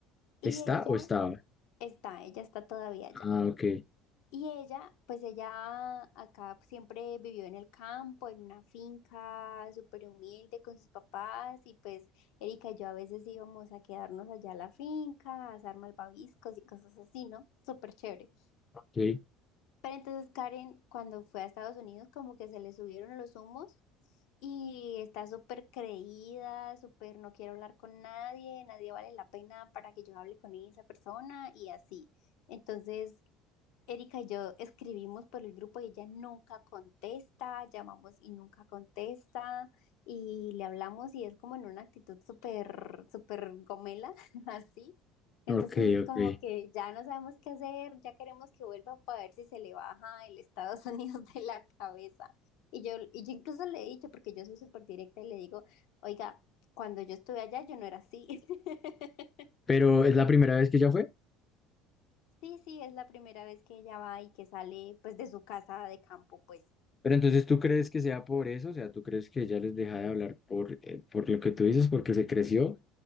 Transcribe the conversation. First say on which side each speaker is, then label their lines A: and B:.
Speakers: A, on the left; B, on the left.
A: y
B: ¿Está
A: ella
B: o estaba?
A: está, ella está todavía allá.
B: Ah, ok,
A: Y ella, pues ella acá siempre vivió en el campo, en una finca súper humilde con sus papás y pues Erika y yo a veces íbamos a quedarnos allá a la finca, a asar malvaviscos y cosas así, ¿no? Súper chévere.
B: ok,
A: Pero entonces Karen, cuando fue a Estados Unidos, como que se le subieron los humos y está súper creída, súper no quiero hablar con nadie, nadie vale la pena para que yo hable con esa persona y así. Entonces... Erika y yo escribimos por el grupo y ella nunca contesta, llamamos y nunca contesta, y le hablamos y es como en una actitud súper, súper gomela, <laughs> así.
B: ok,
A: Entonces,
B: ok.
A: como que ya no sabemos qué hacer, ya queremos que vuelva para ver si se le baja el Estados <laughs> Unidos de la cabeza. Y yo, y yo incluso le he dicho, porque yo soy súper directa, y le digo, oiga, cuando yo estuve allá yo no era así. <laughs>
B: Pero es la primera vez que ella fue.
A: Sí, sí, es la primera vez que ella va y que sale pues de su casa de campo, pues.
B: Pero entonces, ¿tú crees que sea por eso? O sea, ¿tú crees que ella les deja de hablar por, eh, por lo que tú dices, porque se creció,